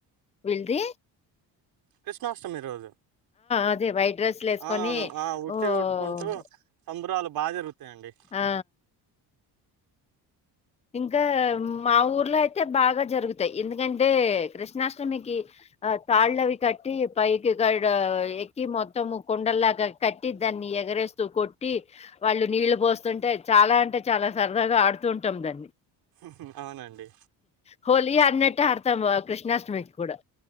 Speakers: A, on the left; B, on the right.
A: వీల్ది
B: కృష్ణాష్టమి రోజు
A: అదే వైట్ డ్రెస్‌లేసుకొని
B: అవునవును ఆ ఉట్టి
A: ఓహ్!
B: కొట్టుకుంటూ సంబరాలు బాగా జరుగుతాయండి
A: ఆ ఇంకా మా ఊర్లో అయితే బాగా జరుగుతాయి ఎందుకంటే కృష్ణాష్టమికి ఆ తాళ్ళవి కట్టి పైకి ఈడ ఎక్కి మొత్తము కుండల్లాగా కట్టి దాన్ని ఎగరేస్తూ కొట్టి వాళ్ళు నీళ్లు పోస్తుంటే చాలా అంటే చాలా సరదాగా ఆడుతు ఇష్టం దాన్ని
B: హాహా అవునండి
A: హోలీ ఆడినట్టు ఆడతాం కృష్ణాష్టమీకి కూడా